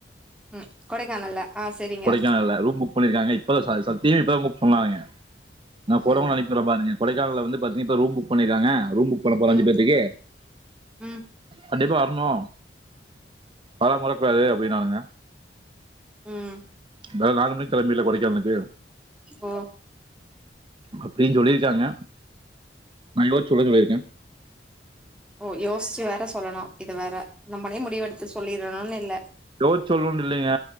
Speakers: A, in the centre; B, on the right (about 30°).
A: ம் கொடைக்கானல்ல ஆ சரிங்க
B: கொடைக்கானல ரூம் புக் பண்ணிருக்காங்க இப்பதா சத் சத்திய இப்பதா புக் பண்ணாய்ங்க நா ஃபோட்டோவு
A: ம்
B: அனுப் ப்பறொ பாருங்க கொடைக்கானல வந்து பாத்தீங்க இப்ப ரூம் புக் பண்ணிருக்காங்க ரூம் புக் பண்ண போற
A: ம்
B: அஞ்சு பேத்துக்கு
A: ம்
B: கண்டிப்பா வர்ணு வராம இருக்கூடாது அப்டின்னாங்க
A: ம்
B: இர்ந்தாலு நாலு மணிக்கு கெளம்புவில கொடைக்கானலுக்கு
A: ஓ
B: அப்டின் சொல்லிருக்காங்க நா யோச்சு சொல்றே சொல்லிருக்கே
A: ஓ யோஸ்ச்சு வேற சொல்லணு இது வேற நம்மளை முடிவெடுத்து சொல்லிரணுனு இல்ல
B: யோச்சு சொல்ணுனு இல்லைங்க